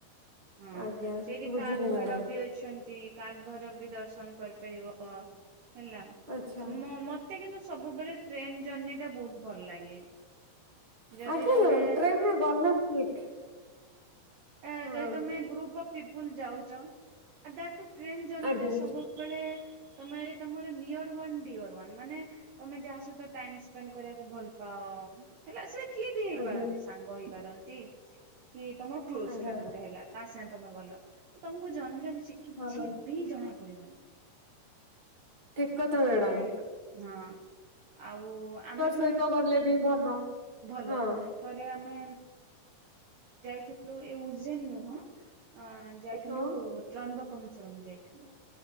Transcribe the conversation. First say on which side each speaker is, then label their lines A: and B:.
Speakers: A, on the right; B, on the right.
A: ହଁ
B: ଆଜ୍ଞା
A: ସେଇଠି
B: ବୁଝିଲି
A: କାଲ ଭୈରବ
B: ମ୍ୟାଡାମ୍
A: ବି ଅଛ ନ୍ତି କାଲଭୈରବ ବି ଦର୍ଶନ କରିପାରିବ ହେଲା
B: ଆଚ୍ଛା।
A: ମୋ ମୋ ତେ କିନ୍ତୁ ସବୁବେଳେ ଟ୍ରେନ ଜର୍ଣିି ଟା ବହୁତ ଭଲ ଲାଗେ। ଯଦି
B: ଆଜ୍ଞା
A: ତମେ
B: ହଁ ଟ୍ରେନରେ ଗଲେ ଠିକ୍।
A: ଆଁ
B: ହଁ
A: ଯଦି ତମେ ଗ୍ରୁପ ଅଫ ପିପୁଲ ଯାଉଛ ଆଜ ଦାଟ ଟ୍ରେନ୍ ଜର୍ନି
B: ଆଜ୍ଞା
A: ସବୁଠୁ ସେତେବେଳେ ତମେ ତମର ନିଅର ୱାନ୍ ଡିଅର ୱାନ ମାନେ ତମେ ଯାହା ସହିତ ଟାଇମ ସ୍ପେଣ୍ଡ କରିବାକୁ ଭଲ ପାଅ। ହେଲା ସେ କିଏ ବି ହେଇପାରନ୍ତି
B: ଆଜ୍ଞା
A: ସାଙ୍ଗ ହେଇପାରନ୍ତି କି ତମର କ୍ଲୋଜ
B: ଆଜ୍ଞା।
A: ଫ୍ରେଣ୍ଡ ଗୋଟେ ହେଲା। ତା ସାଙ୍ଗେ ତମେ ଗଲ ତମକୁ ଜର୍ଣିଟା କି କିଛି
B: ହଁ
A: ବି ଜଣା ପଡିବନି।
B: ଠିକ୍ କଥା ମ୍ୟାଡ଼ାମ।
A: ତମେ ହଁ ଆଉ ଆମେ
B: ସହିତ
A: ଥରେ
B: ଗଲେ ବି ଭଲ।
A: ଭଲ,
B: ହଁ।
A: ଥରେ ଆମେ ଯାଇଥିଲୁ ଏ ଉଜିନ ନୁହଁ। ଆଁ ଯାଇଥିଲୁ
B: ହଁ
A: ତ୍ରମ୍ବକମସ୍ୱରମ, ଯାଇଥିଲୁ।